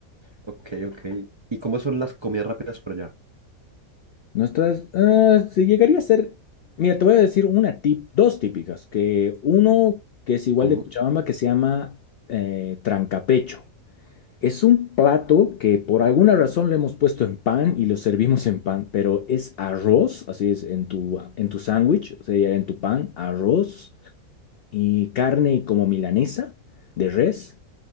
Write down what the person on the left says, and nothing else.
Nuestras, ah, se llegaría a ser, mira, te voy a decir una tip, dos típicas, que uno que es igual
de Cochabamba que se llama eh, trancapecho. Es un plato que por alguna razón lo hemos puesto en pan y lo servimos en pan, pero es arroz, así es, en tu, en tu sándwich, o sea, en tu pan, arroz y carne como milanesa de res.